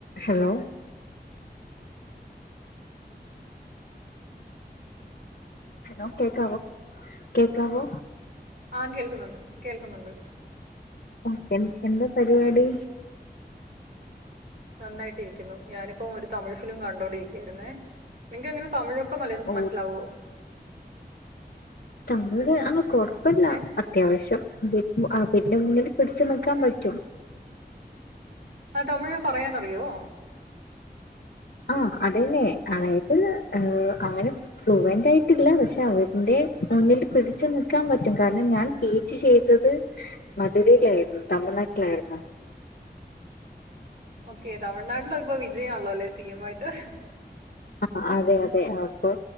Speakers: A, on the left; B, on the right.
A: Hello hello കേക്കാവോ കേക്കാവോ
B: ആഹ് കേൾക്കുന്നുണ്ട് കേൾക്കുന്നുണ്ട്
A: ഓക്കേ എന്താ പരിപാടി
B: നന്നായിട്ടിരിക്കുന്നു ഞാനിപ്പോം ഒരു തമിഴ് ഫിലിം കണ്ടുകൊണ്ടിരിക്കുകയായിരുന്നേ നിങ്ങ അങ്ങനെ തമിഴൊ ഒക്കെ വല്ലേരുക്കും
A: ഓ
B: മനസ്സിലാവോ
A: തമിഴ് ആഹ് കൊഴപ്പില്ല
B: ഏഹ്
A: അത്യാവശ്യം പിന്നെ നിന്റെ മുന്നിൽ പിടിച്ചു നിൽക്കാൻ പറ്റും
B: ആ തമിഴെ പറയാനറിയോ
A: ആ അതെന്നെ അതായത് അങ്ങനെ ഫ്ളുവന്റ് ആയിട്ടില്ല പക്ഷെ അവന്റെ മുന്നിൽ പിടിച്ച് നിൽക്കാൻ പറ്റും കാരണം ഞാൻ പീജിചെയ്തത് മധുരയിലായിരുന്നു തമിഴ്നാട്ടിലാരുയിന്നു
B: ഓക്കെ തമിഴ്നാട്ടിലോ ഇപ്പൊ വിജയം ആണല്ലോ അല്ലെ സി എം ആയിട്ട്
A: ആഹ് അതെ അതെ ആപ്പൊ